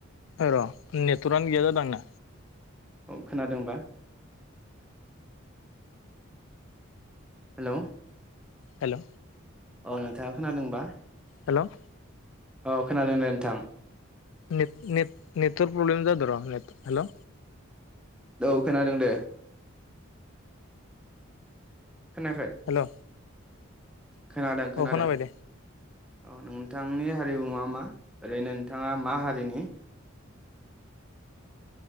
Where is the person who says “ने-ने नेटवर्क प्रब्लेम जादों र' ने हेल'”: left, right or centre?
Left